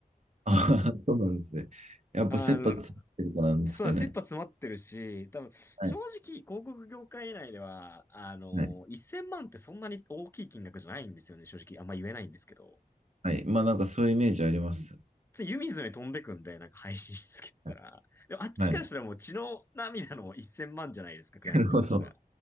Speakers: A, on the right; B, on the left.
A: ああ、<laughs> そうなんですね。やっぱ切羽詰まってるからなんですかね。
B: あの、そう、切羽詰まってるし、多分、
A: はい。
B: 正直、広告業界内では、あの、
A: はい。
B: 1000万ってそんなに大きい金額じゃないんですよね、正直。あんま言えないんですけど。
A: はい。まあなんかそういうイメージあります。
B: つい湯水のように飛んでくんで、なんか配信し続けたら。
A: はい。
B: でもあっちからしたらもう血の涙の1000万じゃないですか、
A: はい
B: クライアントさんからしたら。
A: なるほど。